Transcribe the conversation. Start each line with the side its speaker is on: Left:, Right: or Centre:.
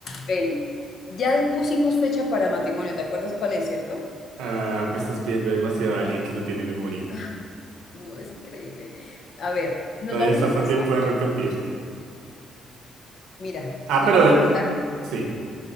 Left: Ven, ya pusimos fecha para matrimonio, ¿te acuerdas cuál es, cierto?
Right: Ah, me estás pidiendo demasiado a alguien que no tiene memoria.
Left: Ay, no, es increíble. A ver, nos
Right: Todavía
Left: vamos
Right: estás
Left: a casar,
Right: a tiempo de arrepentirte.
Left: mira,
Right: Ah,
Left: nos
Right: pero...
Left: vamos
Right: eh,
Left: a casar
Right: Sí,